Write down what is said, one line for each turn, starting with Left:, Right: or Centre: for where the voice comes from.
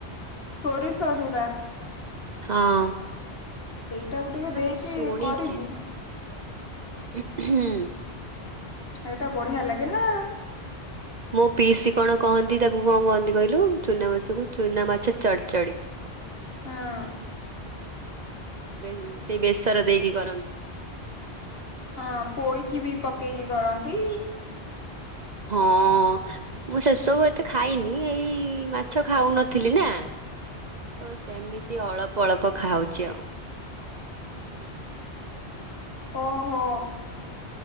Left: ସୋରିଷ ଯୋଉଟା।
Right: ହଁ।
Left: ସେଇଟାକୁ ଟିକେ
Right: ଏଇଟା ତ
Left: ଦେଇକି
Right: ମୁଁ ଶୁଣିଛି।
Left: କରିବୁ।
Right: ହୁଁ।
Left: ହେଇଟା ବଢିଆ ଲାଗେ ନା?
Right: ମୋ ପିଇସି କଣ କହନ୍ତି ତାକୁ କଣ କହନ୍ତି କହିଲୁ ଚୁନା ମାଛକୁ ଚୁନା ମାଛ ର ଚଢ ଚଢି। <inaudible>
Left: ହଁ।
Right: ହଁ ବେ ସେଇ ବେସର ଦେଇକି କରନ୍ତି।
Left: ହଁ ପୋଇକି ବି ପକେଇକି କରନ୍ତି।
Right: ହଁ। ମୁଁ ସେସବୁ ଏତେ ଖାଇନି ଏଇ ମାଛ ଖାଉନଥିଲି ନା। ତ ସେମିତି ଅଳ୍ପ ଅଳ୍ପ ଖାଉଛି ଆଉ।
Left: ଓହୋ।